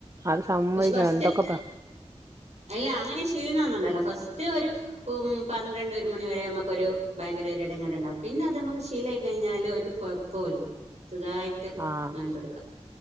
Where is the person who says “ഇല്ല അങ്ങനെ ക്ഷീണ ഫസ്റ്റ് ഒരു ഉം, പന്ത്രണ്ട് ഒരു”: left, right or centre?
Right